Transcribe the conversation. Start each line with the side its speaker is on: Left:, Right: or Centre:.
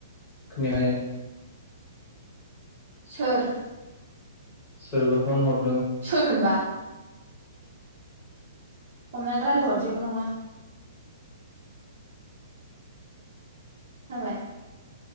Left: खोनायाखै
Right: सोर
Left: सोरबा फन हर
Right: सोर होनबा हमनानै रायलाय हर जेबोनंङा जाबाय